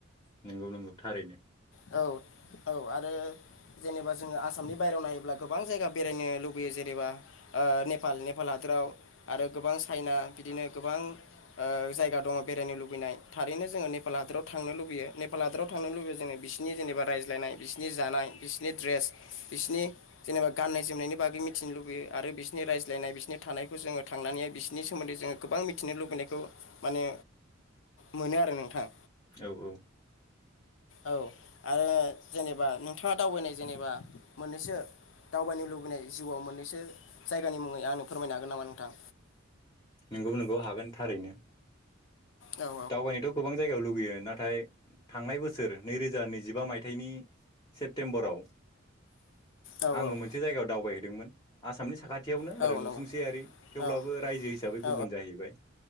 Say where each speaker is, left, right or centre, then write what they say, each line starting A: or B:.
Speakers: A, on the left; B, on the left.
A: नोंगौ नोंगौ थारैनो।
B: औ औ आरो जेनेबा जोङो आसामनि बायेरायाव नायोब्ला गोबां जायगा बेरायनो लुबैयो जेनेबा ओ नेपाल नेपाला लाव आरो गोबां चाइना बिदिनो गोबां ओ जायगा दङ बेरायनो लुबैनाय थारैनो जोङो नेपाल हादोराव थांनो लुबैयो नेपाल हादोराव थांनो लुबैयो जोङो बिसि बिसिनि जेनेबा रायज्लायनाय बिसिनि जानाय बिसिनि ड्रेस बिसिनि जेनेबा गाननाय जोमनायनि बागै मिथि थिनो लुबैयो आरो बिसिनि रायज्लायनाय बिसिनि थानायखौ जोङो थांनानैहाय बिसिनि सोमोन्दै जोङो गोबां मिथिनो लुबैनायखौ माने मोनो आरो नोंथां।
A: औ औ।
B: औ आरो जेनेबा नोंथाङा दावबायनाय जेनेबा मोननैसो दावबायनो लुबैनाय जिउआव मोननैसो जायगानि मुङै आंनो फोरमायनो हागोन नामा नोंथां?
A: नोंगौ नोंगौ हागोन थारैनो।
B: औ
A: दावबायनोथ' गोबां जायगायाव लुगैयो नाथाय थांनाय बोसोर नैरोजा नैजिबा मायथाइनि सेप्तेम्बराव
B: औ
A: आङो मोनसे जायगायाव दावबायहैदोंमोन आसामनि साखाथियावनो
B: औ
A: आरो
B: नंगौ
A: नसुंसेयारि थेवब्लाबो
B: औ
A: रायजो हिसाबै
B: औ
A: गुबुन जाहैबाय।